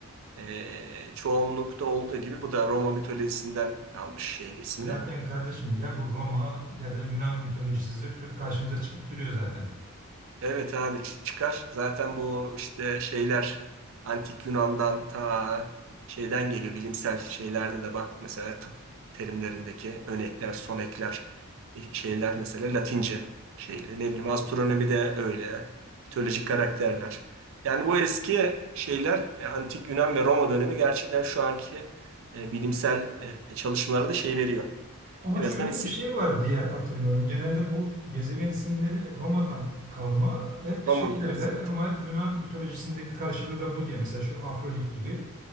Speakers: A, on the right; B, on the right.
A: E, çoğunlukta olduğu gibi bu da Roma mitolojisinden almış şeyin ismini.
B: Zaten kardeşim ya bu Roma ya da Yunan mitolojisi zırt pırt karşımıza çıkıp duruyor zaten.
A: Evet abi çıkar. Zaten bu işte şeyler antik Yunan'dan ta şeyden geliyor. Bilimsel şeylerde de bak mesela tıp terimlerindeki önekler, sonekler e, şeyler mesela Latince şeyle. Ne bileyim astronomi de öyle. Mitolojik karakterler. Yani bu eski şeyler e, antik Yunan ve Roma dönemi gerçekten şu anki e, bilimsel e, çalışmalara da şey veriyor.
B: Ama
A: En
B: şöyle
A: azından isim
B: bir şey var diye hatırlıyorum. Genelde bu gezegen isimleri Roma'dan kalma hep şey
A: Roma mitolojisi.
B: derler ama Yunan mitolojisindeki karşılığı da bu diye. Mesela şu Afrodit gibi.